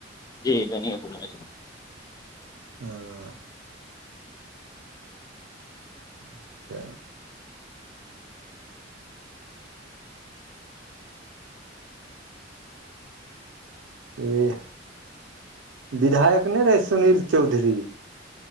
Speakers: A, on the left (about 20°); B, on the right (about 75°).
A: जी बेनीपुर छै
B: ह अच्छा इ विधायक नहि रहे सुनील चौधरी